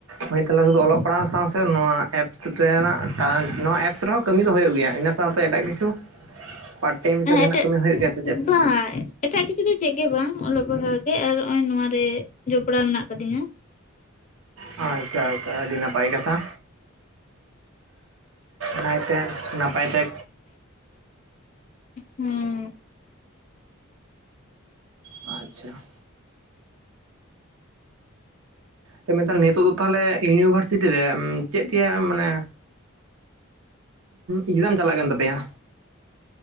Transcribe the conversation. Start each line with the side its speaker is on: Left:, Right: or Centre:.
Right: ᱢ ᱛᱟᱦᱚᱞᱮ ᱥᱩᱫᱷᱩ ᱚᱞᱚᱜ ᱯᱟᱲᱦᱟᱣ ᱥᱟᱶ ᱥᱮ ᱱᱚᱣᱟ ᱮᱯᱥ ᱨᱮᱱᱟᱜ ᱱᱚᱣᱟ ᱮᱯᱥ ᱨᱮᱦᱚᱸ ᱠᱟᱹᱢᱤ ᱫᱚ ᱦᱩᱭᱩᱜ ᱜᱮᱭᱟ ᱤᱱᱟᱹ ᱥᱟᱶᱛᱮ ᱮᱴᱟᱜ ᱠᱤᱪᱷᱩ ᱯᱟᱟᱨᱴ ᱴᱟᱭᱤᱢ ᱦᱤᱥᱟᱹᱵ
Left: ᱦᱮᱸ
Right: ᱡᱟᱦᱟᱱᱟᱜ
Left: ᱮᱴᱟᱜ
Right: ᱠᱟᱹᱢᱤ ᱦᱩᱭᱩᱜ ᱜᱮᱭᱟ ᱥᱮ ᱪᱮᱫ?
Left: ᱵᱟᱝ ᱮᱴᱟᱜ ᱠᱤᱪᱷᱩ ᱫᱚ ᱪᱮᱫ ᱜᱮ ᱵᱟᱝ ᱚᱞᱚᱜ ᱯᱟᱲᱦᱟᱜ ᱜᱮ ᱟᱨ ᱱᱚᱜ ᱚᱚᱭ ᱱᱚᱣᱟ ᱨᱮ ᱡᱚᱯᱲᱟᱣ ᱢᱮᱱᱟᱜ ᱟᱠᱟᱫᱤᱧᱟ
Right: ᱟᱪᱪᱷᱟ ᱟᱪᱪᱷᱟ ᱟᱹᱰᱤ ᱱᱟᱯᱟᱭ ᱠᱟᱛᱷᱟ᱾ <unintelligible> ᱱᱟᱭᱛᱮ ᱱᱟᱯᱟᱭ ᱛᱮ᱾
Left: ᱦᱩᱸ
Right: ᱟᱪᱪᱷᱟ ᱥᱮ ᱢᱮᱱᱠᱷ ᱱᱤᱛᱚᱜ ᱫᱚ ᱛᱟᱦᱚᱞᱮ ᱤᱭᱩᱱᱤᱵᱷᱟᱨᱥᱤᱴᱤ ᱨᱮ ᱪᱮᱫ ᱛᱮᱭᱟᱜ ᱢᱟᱱᱮ ᱮᱠᱡᱟᱢ ᱪᱟᱞᱟᱜ ᱠᱟᱱ ᱛᱟᱯᱮᱭᱟ?